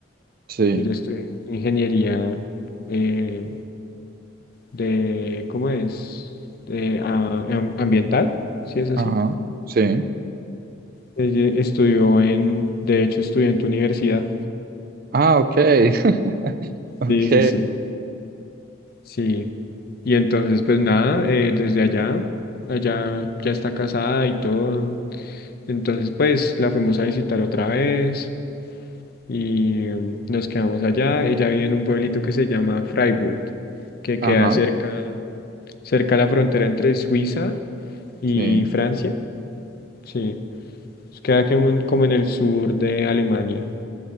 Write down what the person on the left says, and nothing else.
Ella estudió ingeniería eh, de, ¿cómo es? Eh, ah, am- ambiental, si es así.
Ella estudió en, de hecho estudió en tu universidad.
Sí, sí, sí, sí. Y entonces, pues nada, eh, desde allá, allá ya está casada y todo. Entonces, pues la fuimos a visitar otra vez y mm, nos quedamos allá. Ella vive en un pueblito que se llama Freiburg, que
queda cerca, cerca a la frontera entre Suiza y
Francia. Sí, queda como en, como en el sur de Alemania,